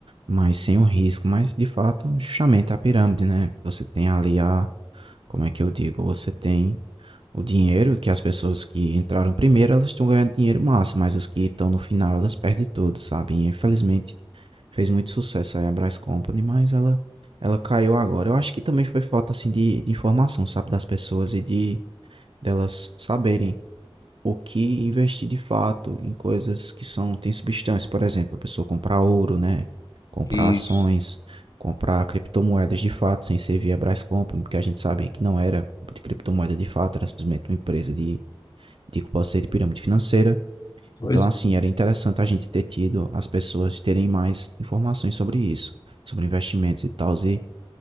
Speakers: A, on the right; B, on the left.
A: mas sem o risco. Mas, de fato, justamente a pirâmide, né, você tem ali a como é que eu digo? Você tem O dinheiro que as pessoas que entraram primeiro, elas estão ganhando dinheiro massa, mas os que estão no final, elas perdem tudo, sabe? E, infelizmente, fez muito sucesso aí a Brás Company, mas ela, ela caiu agora. Eu acho que também foi falta, assim, de, de informação, sabe? Das pessoas e de delas saberem o que investir de fato em coisas que são, tem substância. Por exemplo, a pessoa comprar ouro, né? Comprar
B: Isso,
A: ações, comprar criptomoedas de fato, sem ser via Brás Company, porque a gente sabe que não era de criptomoeda de fato, era simplesmente uma empresa de de que pode ser de pirâmide financeira.
B: pois
A: Então, assim,
B: é,
A: era interessante a gente ter tido as pessoas terem mais informações sobre isso, sobre investimentos e tal. E,